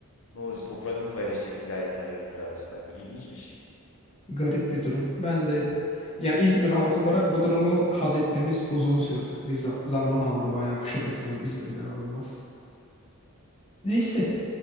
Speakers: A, on the left (about 65°); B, on the left (about 30°).
A: Ne olacak? Toprak mı paylaşacak vilayetler birbiri arasında? İlginçmiş.
B: Garip bir durum. Ben de ya İzmir halkı olarak bu durumu haz etmemiz uzun sürdü. Bir za- zaman aldı bayağı Kuşadası'nın İzmir'den alınması. Neyse.